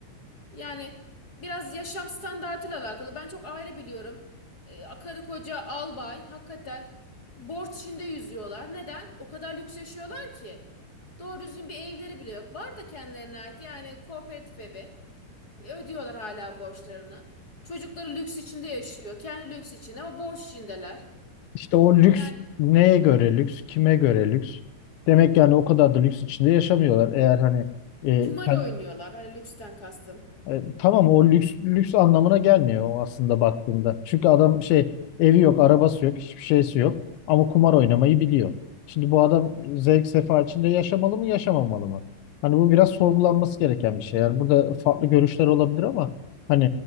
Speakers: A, on the left (about 25°); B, on the left (about 75°).
A: Yani biraz yaşam standartıyla alakalı. Ben çok aile biliyorum. Ee, karı koca albay hakikaten borç içinde yüzüyorlar. Neden? O kadar lüks yaşıyorlar ki. Doğru düzgün bir evleri bile yok. Var da kendilerine ait yani kooperatif evi. E, ödüyorlar hala borçlarını. Çocukları lüks içinde yaşıyor. Kendi lüks içinde ama borç içindeler.
B: İşte o lüks
A: Yani
B: neye göre lüks, kime göre lüks? Demek yani o kadar da lüks içinde yaşamıyorlar. Eğer hani e,
A: kumar
B: kend-
A: oynuyorlar. Hani lüksten kastım.
B: E, tamam o lüks lüks anlamına gelmiyor o aslında baktığında. Çünkü adam şey evi yok, arabası yok, hiçbir şeysi yok ama kumar oynamayı biliyor. Şimdi bu adam zevk sefa içinde yaşamalı mı, yaşamamalı mı? Hani bu biraz sorgulanması gereken bir şey. Yani burada farklı görüşler olabilir ama hani